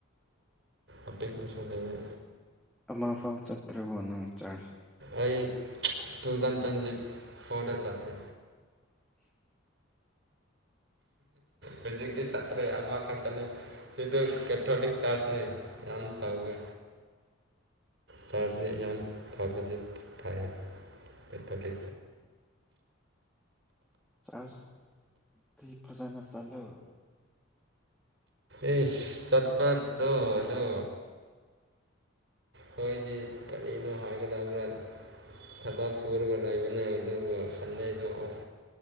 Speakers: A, on the right; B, in the centre.
A: ꯑꯄꯤꯛꯄꯥꯁꯨ ꯂꯩꯌꯦ
B: ꯑꯃ ꯐꯥꯎ ꯆꯠꯇ꯭ꯔꯕꯣ ꯅꯪ ꯆꯥꯔꯖ
A: ꯑꯩ ꯇꯨꯖꯟ ꯇꯦꯟꯗꯤ ꯐꯧꯗ ꯆꯠꯇꯦ ꯃꯦꯖꯤꯛꯇꯥ ꯆꯇꯔ꯭ꯦ ꯑꯃ ꯈꯥꯟ ꯀꯩꯅꯣ ꯑꯦꯟꯊꯥꯔꯇꯤꯛ ꯆꯥꯔꯁꯅꯦ ꯌꯥꯝꯅꯥ ꯆꯥꯎꯋꯦ ꯆꯥꯔꯖꯁ ꯌꯥꯝ ꯐꯕꯁꯦ ꯊꯥꯏꯔꯦ ꯄꯠ ꯇꯥꯠꯂꯦ꯫
B: ꯑꯁ ꯗꯤ ꯐꯖꯅ ꯆꯠꯂꯣ
A: ꯑꯦ ꯆꯠꯄꯗꯣꯗꯣ ꯑꯩꯈꯣꯏꯗꯤ ꯀꯔꯤꯅꯣ ꯍꯥꯏꯒꯗꯕ꯭ꯔꯥ ꯊꯕꯛ ꯁꯨꯔꯒ ꯂꯩꯕꯅꯦ ꯑꯗꯨꯒ ꯁꯟꯗꯦꯗꯣ ꯑꯣꯞ